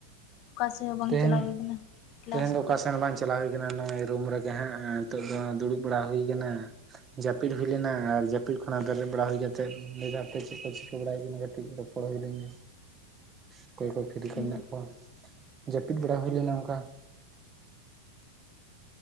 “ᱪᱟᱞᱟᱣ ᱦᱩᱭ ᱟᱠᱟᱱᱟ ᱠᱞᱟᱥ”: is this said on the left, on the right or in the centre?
Left